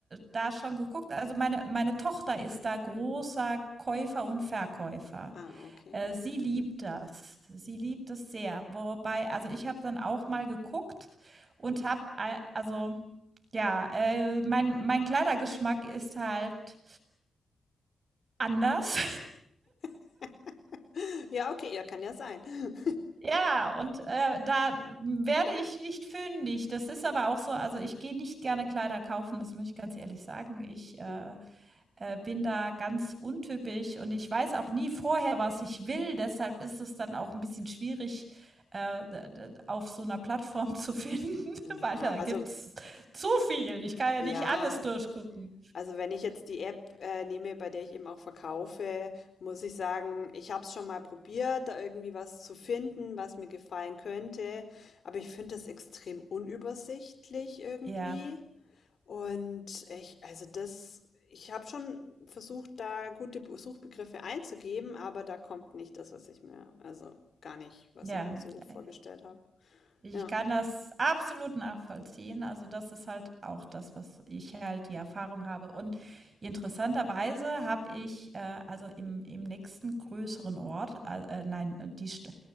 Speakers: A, on the right; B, on the left.
A: da schon geguckt. Also meine, meine Tochter ist da großer Käufer und Verkäufer.
B: Ah, okay.
A: Äh,
B: Mhm,
A: sie liebt
B: mhm.
A: das. Sie liebt es sehr. Wobei, also ich habe dann auch mal geguckt und habe, also ja, äh, mein, mein Kleidergeschmack ist halt anders.
B: <laughs> Ja, okay, ja, kann ja sein. <laughs>
A: Ja, und, äh, da werde ich nicht fündig. Das ist aber auch so also, ich gehe nicht gerne Kleider kaufen, das muss ich ganz ehrlich sagen. Ich, äh,
B: Hm,
A: äh, bin da ganz untypisch und ich weiß auch nie vorher, was ich will. Deshalb ist es dann auch ein bisschen schwierig, äh, d d auf so einer Plattform zu finden, <laughs>
B: Ja,
A: weil da
B: also,
A: gibt's zu viel. Ich kann
B: ja,
A: ja nicht alles durchgucken.
B: also wenn ich jetzt die App äh, nehme, bei der ich eben auch verkaufe, muss ich sagen, ich habe es schon mal probiert, da irgendwie was zu finden, was mir gefallen könnte, aber ich finde es extrem unübersichtlich irgendwie.
A: Ja,
B: Und ich, also das, ich habe schon versucht, da gute Be- Suchbegriffe einzugeben, aber da kommt nicht das, was ich mir, also gar nicht, was
A: ja,
B: ich mir so vorgestellt
A: äh
B: habe.
A: Ich
B: Ja,
A: kann das absolut nachvollziehen. Also, das ist halt auch das, was ich halt die Erfahrung habe. Und interessanterweise habe ich, äh, also im, im nächsten größeren Ort, äh, äh, nein, äh, die St